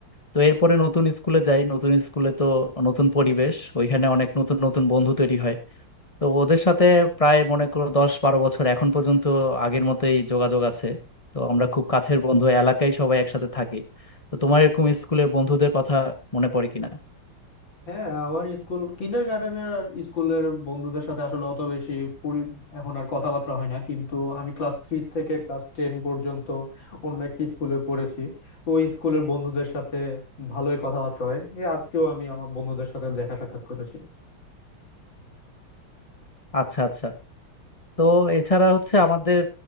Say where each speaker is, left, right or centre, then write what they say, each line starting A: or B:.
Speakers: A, on the left; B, on the left.
A: তো এরপরে নতুন স্কুলে যাই নতুন স্কুলে তো নতুন পরিবেশ ওইখানে অনেক নতুন নতুন বন্ধু তৈরি হয় তো ওদের সাথে প্রায় মনে করো দশ বারো বছর এখন পর্যন্ত আগের মতোই যোগাযোগ আছে তো আমরা খুব কাছের বন্ধু এলাকায় সবাই একসাথে থাকি তো তোমার এরকম স্কুলের বন্ধুদের কথা মনে পড়ে কিনা
B: হ্যাঁ আমার স্কুল কিন্ডার গার্ডেনের স্কুলের বন্ধুদের সাথে আসলে অত বেশি পরি- এখন আর কথাবার্তা হয় না কিন্তু আমি ক্লাস থ্রি থেকে ক্লাস টেন পর্যন্ত অন্য একটি স্কুলে পড়েছি তো ওই স্কুলের বন্ধুদের সাথে ভালোই কথাবার্তা হয় এই আজকেও আমি আমার বন্ধুদের সাথে দেখা সাক্ষাৎ করেছি
A: আচ্ছা আচ্ছা তো এছাড়া হচ্ছে আমাদের